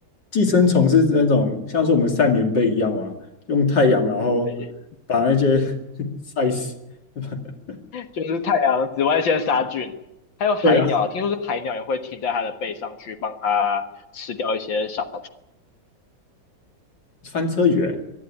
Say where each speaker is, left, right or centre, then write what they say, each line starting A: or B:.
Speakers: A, on the left; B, on the left.
A: 寄生虫是那种像是我们晒棉被一样啊，用太阳然后
B: 对，
A: 把那些 <laughs> 晒死。<laughs>
B: <laughs> 就是太阳紫外线杀菌，还有海鸟，
A: 对啊，
B: 听说是海鸟也会停在它的背上去帮它吃掉一些小，
A: 翻车鱼欸、